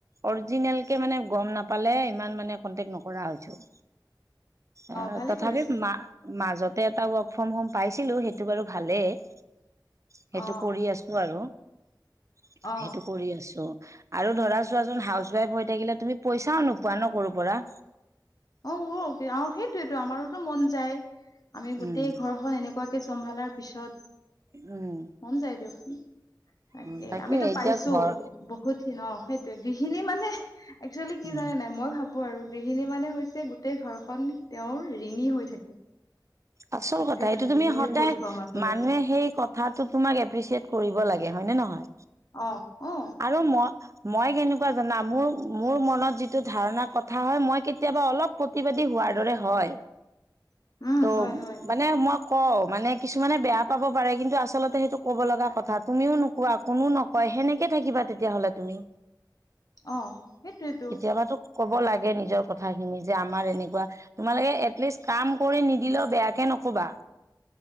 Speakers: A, on the right; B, on the left.
A: অৰিজিনেল কে মানে গম নাপালে ইমান মানে কন্টেক্ট নকৰা হৈছো। অ',
B: ভালে
A: তথাপি
B: কৰিছে
A: মা-মাজতে এটা ৱৰ্ক ফ্ৰম হোম পাইছিলো, সেইটো বাৰু ভালেই। সেইটো
B: অ
A: কৰি আছো আৰু সেইটো
B: অ
A: কৰি আছো। আৰু ধৰা চোৱাচোন হাউচ ৱাইফ হৈ থাকিলে তুমি পইচাও নোপোৱা ন কৰোঁ পৰা।
B: অ', অ', সেইটোয়েতো আমাৰোতো মন যায়, আমি গোটেই
A: উম
B: ঘৰ খন এনেকুৱাকে চম্ভালাৰ পিছত
A: উম।
B: মন যায় দিয়কচোন। তাকে
A: উম
B: আমিতো
A: এতিয়া
B: পাইছো
A: ঘৰ
B: বহুতখিন অ', সেই গৃহিণী মানে একচুৱেলী কি
A: উম
B: জানে নাই মই ভাবো আৰু গৃহিণী মানে হৈছে গোটেই ঘৰখন তেওঁৰ ৰিণী হৈ থাকে।
A: আচল
B: সেইটোৱে
A: কথা এইটো
B: মানে
A: তুমি
B: গৃহিণীৰ
A: সদায়
B: ফুল ফৰ্ম আচলতে
A: মানুহে সেই ক কথাটো তোমাক এপ্ৰিচিয়েট কৰিব লাগে হয় নে নহয়।
B: অ', অ'।
A: আৰু মই মই কেনেকুৱা জানা, মোৰ-মোৰ মনত যিটো ধাৰণা কথা হয় মই কেতিয়াবা অলপ প্ৰতিবাদী হোৱাৰ দৰে হয়।
B: <inaudible> উম
A: ত',
B: হয় হয়
A: বাত নাই মই কওঁ, মানে কিছুমানে বেয়া পাব পাৰে কিন্তু আচলতে সেইটো ক'ব লগা কথা তুমিও নোকোৱা কোনো নকয় সেনেকে থাকিবা তেতিয়াহলে তুমি।
B: অ সেইটোৱেতো
A: কেতিয়াবাটো কব লাগে নিজৰ কথাখিনি যে আমাৰ এনেকুৱা তোমালোকে এটলিষ্ট কাম কৰি নিদিলেও বেয়াকে নকবা।